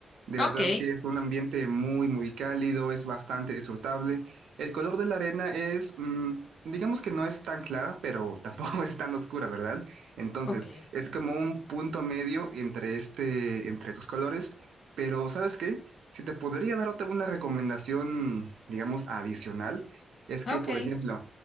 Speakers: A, on the right (about 80°); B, on the left (about 40°).
A: De
B: Ok,
A: verdad que es un ambiente muy, muy cálido, es bastante disfrutable. El color de la arena es, mm, digamos que no es tan clara, pero tampoco <laughs> es tan oscura, ¿verdad? Entonces,
B: ok,
A: es como un punto medio entre este, entre estos colores. Pero, ¿sabes qué? Si te podría dar otra una recomendación, digamos, adicional, es que,
B: ok.
A: por ejemplo,